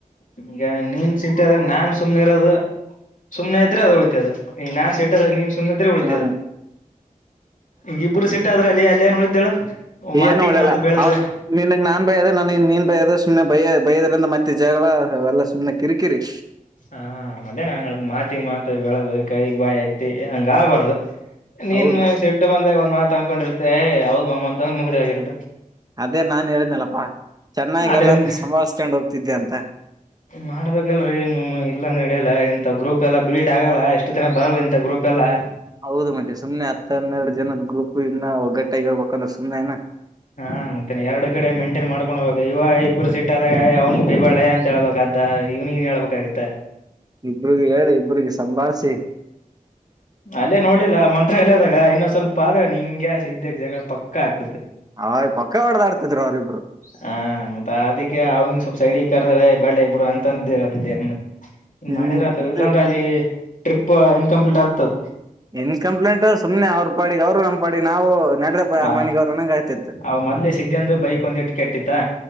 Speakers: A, on the left (about 65°); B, on the right (about 25°).
A: ಈಗ ನೀನ್ ಸಿಟ್ಟ ಅದಾಗ ನಾನ್ ಸುಮ್ನೆ ಇರದು ಸುಮ್ನೆ ಇದ್ರೆ ಅದು ಉಳಿತದ ನಾನ್ ಸೆಟ್ಟದಾಗ ನೀನ್ ಸುಮನೆ ಇದ್ರೆ ಉಳಿತದ
B: ಹ್ಮ್
A: ಈಗ ಇಬ್ಬರು ಸಿಟ್ಟಾದ್ರ ಅಲ್ಲಿ ಅಲ್ಲೇನ್ ಉಳಿತೇಳ ಮಾತಿಗ್
B: ಏನು ಒಳ್ಳಲ್ಲ
A: ಮಾತು ಬೆಳೆದು
B: ಅವನ್ ನಿನ್ನಗ್ ನಾನ್ದ ನ್ ನೀನ್ ಬ ಸುಮ್ನೆ ಬಯ ಬಯದ್ರಿಂದ ಮತ್ತೆ ಜಗಳೆಲ್ಲ ಸುಮ್ಮನೆ ಕಿರಿಕಿರಿ
A: ಹಾ ಅದೇ ನಾನ್ ಹೇಳಳ್ತ ಮಾತಿಗೆ ಮಾತ್ ಬೆಳೆದು ಕೈಗ್ ಬಾಯಿ ಹತ್ತಿ ಹಂಗ ಬಾರದು ನೀನ್
B: ಹೌದು
A: ಸಿಟ್ಟು ಬಂದಾಗ ಒಂದ್ ಮಾತ ಅನ್ಕೊಂಡಿರತ್ತೆ ಅವದ ಮಾಮ್ಮ ಅಂತಂದ ಮುಗ್ರ ಆಗಿರ್ದ
B: ಅದೇ ನಾನ್ ಹೇಳನಲಪ್ಪಾ ಚೆನ್ನಾಗಿ
A: ಅದ್ರಿಂದ
B: ಎಲ್ಲಾರನ್ನ ಸಂಭಸ್ಕ್ಯಾಂಡ್ ಹೋಗ್ತಿದ್ದೆ ಅಂತ
A: ಮಾಡ್ಬೇಕಲ್ರರಿ ಇಲ್ಲ ಅಂದ್ರ ನಡಿಯಲ್ಲ ಇಂಥ ಗ್ರೂಪ್ ಎಲ್ಲಾ ಬಿಲ್ಡ್ ಆಗಲ್ಲ ಎಷ್ಟು ದಿನ ಬರಲ್ಲ ಇಂಂತ ಗ್ರೂಪ್ ಎಲ್ಲ
B: ಹೌದು ಮತ್ತೆ ಸುಮ್ನೆ ಹತ್ತ ಹನ್ನೆರಡು ಜನದ ಗ್ರೂಪ್ ಇನ್ನ ಒಗ್ಗಟ್ಟಾಗಿರ್ಬೇಕಂದ್ರೆ ಸುಮನೆ ನ
A: ಹಾ ಮತ್ತೇನೆ ಎರಡು ಕಡೆ ಮೇಂಟೇನ್ ಮಾಡ್ಕೊಂಡು ಹಬೇಕ ಇಾಗ ಇಬ್ಬರು ಸಿಟ್ಟ ಆದಾಗ ಅವ್ನಿಗ್ ಬೈಬಾಳೆ ಅಂತೇಳ್ಬಬೇಕಕ್ದು ಈವ್ನಿಂಗ್ <unintelligible> ಹೇಳ್ಬೇಕಾಗುತ್ತೆ
B: ಇಬ್ಬರುಗೆ ಹೇಳಿ ಇಬ್ಬರುಗೆ ಸಂಭಾಳ್ಸಿ
A: ಅಲ್ಲೇ ನೋಡ್ಲಿಲ್ಲ ಮಂತ್ರ ಎಲ್ಲದಾಗ ಇನ್ನೊಂದ್ ಸ್ವಲ್ಪ ಆದ್ರೆ ನಿಂಗೆ ಸಿದ ಜಗಳ ಪಕ್ಕ ಆಗ್ತ
B: ಹ್ ಪಕ್ಕ ಹೊಡ್ದ ಆಡ್ತಿದ್ರು ಅವ್ರಿಬ್ರು
A: ಹ ಮತ್ತತ್ ಅದಕ್ಕೆ ಅವಿಗೆ ಸ್ವಲ್ಪ ಸೈಡಿ ಕದಳೆ ಬಳೆ ಬಿಡು ಅಂತಂದ ಹೇಳಿದ್ದ ಮತ್ತೆ ಹ
B: ಹ್ಮ್
A: ಮಾಡಿದ್ರ ಆತವ
B: ಇದು
A: ಇಲ್ಲಾಂದ್ರೆ ಅಲ್ಲಿ ಟ್ರಿಪ್ ಇನ್ಕಂಪ್ಲೀಟ್ ಆಗ್ತದ
B: ಇನ್ ಕಂಪ್ಲೇಂಟ್ ಸುಮ್ನೆ ಅವ್ರರು ಪಾಡಿಗೆ ಅವರು ನಮ್ ಪಾಡಿಗೆ ನಾವು ನಡ್ರಪ್ಪ
A: ಹ,
B: ಯಾರ್ ಮನೆಗ್ ಅವ್ರ ಅನ್ನಂಗ ಆಯ್ತಿತ್ತು
A: ಅವನು ಮೊದಲೇ ಸಿದ್ದುಂದು ಬೈಕು ಒಂದು ಈಟ್ಟು, ಕೆಟ್ಟಿತು.